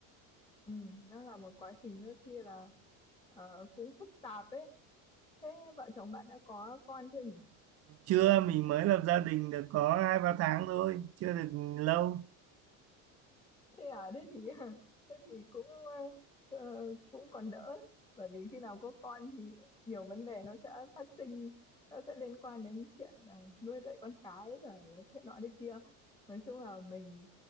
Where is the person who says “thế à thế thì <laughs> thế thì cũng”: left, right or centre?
Left